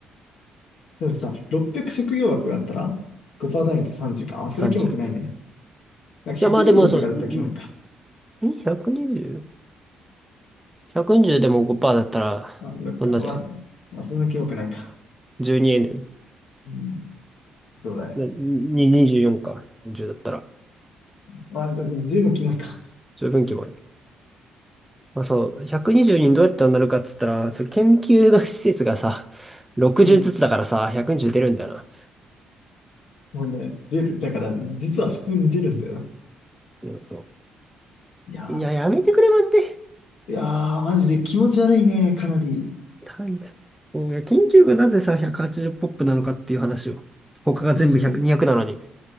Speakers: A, on the left; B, in the centre.
A: なんかさ、600職業枠があったら、5%単位と30か。あ、それはキモくないね。
B: 30。
A: なんか120とかだったらキモいか。
B: いや、まあでもそう、んん 120?120 120でも5%だったら、
A: あ、どっか、
B: そんなじゃない
A: まあ、まあ、そんなキモくないか。
B: ?12N。
A: うん、そうだね。
B: なに24か。10だったら、
A: まあ、ずずいぶキモいか。
B: 十分規模ある。まあそう、120にじゅうにんどうやってなるかっつったら、そう研究の施設がさ、60ずつだからさ、
A: うん。
B: 120出るんだよな。
A: もうね、出る。だから、実は普通に出るんだよな。
B: うんそ
A: いや
B: う。いや、やめてくれ、マジで。
A: ー、いやー、マジで気持ち悪いね、かなり。
B: 単位さ。そういや、研究がなぜさ、180ポップなのかっていう話を。他が全部100、
A: うん、
B: 200なのに。